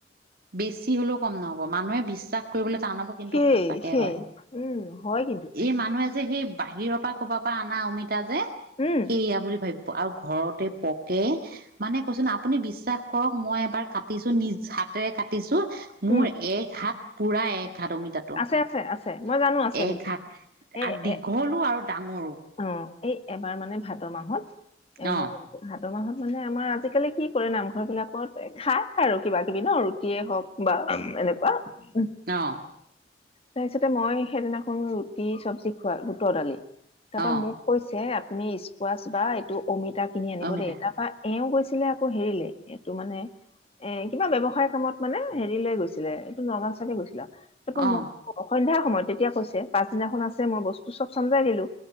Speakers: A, on the right; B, on the left.
A: বেছি। বেছি হ'লেও কম নহ'ব মানুহে বিশ্বাস। কৰিবলৈ টান হব কিন্তু
B: সেই
A: সচাঁকে
B: সেই
A: হয়
B: উম হয় কিন্তু
A: এই মানুহ এজনে যে সেই বাহিৰৰ পৰা ক'বাৰ পৰা আনা অমিতা যে
B: উম
A: সেইয়া বুলি ভাবি। আৰু ঘৰতে পকে মানে কৈছোন আপুনি। বিশ্বাস কৰক মই এবাৰ কাটিছো নিজ হাতেৰে কাটিছো মোৰ
B: উম
A: এক হাত পুৰা এক হাত অমিতাটো।
B: আছে আছে আছে মই জানো আছে
A: এক
B: বুলি
A: হাত
B: এ
A: আৰু দীঘলো
B: এ
A: আৰু ডাঙৰো
B: অ' এই এবাৰ মানে ভাদ্ৰ মাহত এ
A: অ
B: মই ভাদ্ৰ মাহত। মানে আমাৰ আজিকালি কি কৰে। নামঘৰ বিলাকত খাই আৰু কিবা কিবি ন ৰুটিয়ে হওক বা এনেকুৱা।
A: অ'
B: উ তাৰপিছতে মই সেইদিনাখন ৰুটি চব্জি খোৱা বুটৰ দালি। তাৰপা
A: অ
B: মোক কৈছে আপুনি স্কোৱাচ বা এইটো অমিতা কিনি আনিব
A: অমিতা
B: দেই তাৰপা এওঁ কৈছে। ছিলে আকৌ হেৰিলে এইটো মানে এ কিবা ব্যৱসায় কামত মানে হেৰি লৈ গৈছিলে এইটো নগাঁও ছাইডে গৈছিলা। তাৰপৰা
A: অ
B: মই সন্ধয়াৰ সময়ত তেতিয়া কৈছে পাছদিনাখন আছে মই বস্তু চব চম্জাই দিলো।